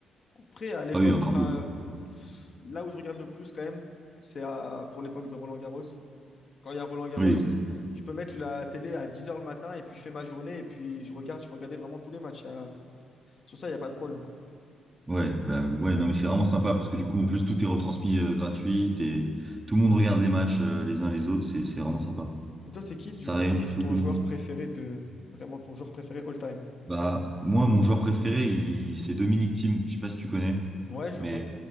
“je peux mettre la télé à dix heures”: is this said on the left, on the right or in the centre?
Left